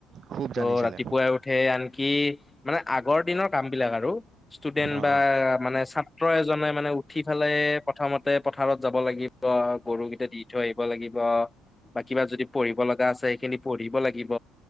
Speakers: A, on the right; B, on the left.
A: খুব
B: ত'
A: জানিছিলে
B: ৰাতিপুৱাই উঠে আনকি মানে আগৰ দিনৰ কাম বিলাক আৰু ষ্টুডেন্ট
A: অ
B: বা
A: অ
B: মানে ছাত্ৰ জাই মানে উঠি ফালে প্ৰথমতে পথাৰত যাব লাগিব গৰুকেইটা দি থৈ আহিব লাগিব ব কিবা যদি পঢ়িব লগা আছে খিনি পঢ়িব লাগিব